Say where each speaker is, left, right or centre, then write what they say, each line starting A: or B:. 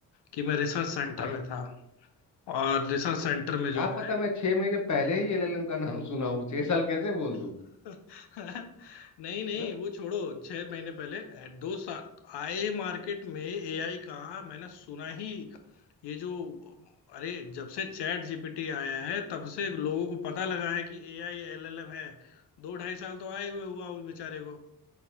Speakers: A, on the left; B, on the left.
A: कि मैं रिसर्च सेंटर
B: भाई
A: में था और रिसर्च सेंटर में जो
B: क्या
A: है
B: पता मैं छह महीने पहले ही एलएलएम का नाम सुना हूँ छह साल कैसे बोल
A: <laughs>
B: दूँ
A: नहीं नहीं
B: हाँ?"
A: वो छोड़ो छह महीने पहले ए, दो साल आए मार्केट में एआई का मैंने सुना ही ये जो अरे जब से चैट जीपीटी आया है तब से लोगों को पता लगा है कि एआई एलएलएम है दो ढाई साल तो आए हुए हुआ उस बेचारे को